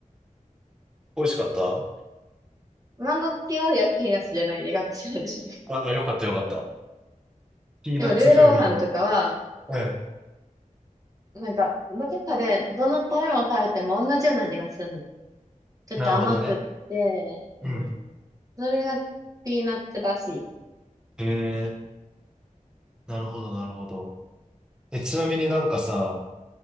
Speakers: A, in the centre; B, on the right.
A: 美味しかった
B: 万国企業医はピーナスじゃないで学者でしょ。
A: あ、あよかったよかった。ピーナッツ風味の。
B: でも、ルーローハンとかは、
A: うん。
B: なんか、どこかで、どの食べ物食べても同じような味がするの。ちょっと甘くって、
A: なるほどね。うん。
B: うん。それがピーナッツらしい。
A: えー、なるほどなるほど。え、ちなみになんかさ、